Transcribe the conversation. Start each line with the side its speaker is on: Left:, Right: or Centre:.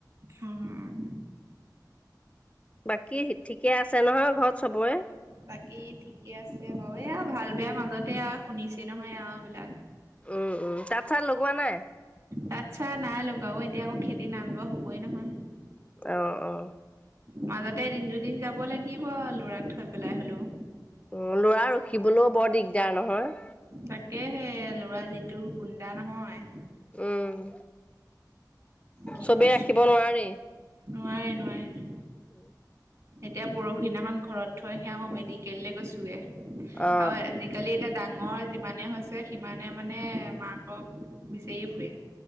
Right: উম
Left: বাকী ঠিকে আছে নহয় ঘৰত চবৰে
Right: বাকী ঠিকে আছে বাওয়ে আও ভাল বেয়া মাজতে আও শুনিছে নহয় আও এইবিলাক
Left: উম উম তাত চাত লগোৱা নাই?
Right: তাত্‌-চাত্ নাই লগোৱা অ, এতিয়া আকৌ খেতিত নামিব হ'বই নহয়।
Left: অঁ, অঁ
Right: মাজতে এদিন দুদিন যাব লাগিব আও, ল'ৰাক থৈ পেলাই হ'লেও।
Left: অঁ, ল'ৰা ৰখিবলো বৰ দিগদাৰ নহয়।
Right: তাকেহে, ল'ৰা যিটো গুণ্ডা নহয়।
Left: উম,
Right: কি
Left: চবেই
Right: কৈছো
Left: ৰাখিব নোৱাৰে।
Right: নোৱাৰে, নোৱাৰে।
Left: ওঁ
Right: এতিয়া পৰখিনাখন ঘৰত থৈহে আও, মই মেডিকেললে গৈছোগে। আও,
Left: অ
Right: আজি-কালি এটা ডাঙ্‌ ঙৰ যিমানে হৈছে সিমানে মানে, মাকক বিচাৰিয়ে ফুৰে।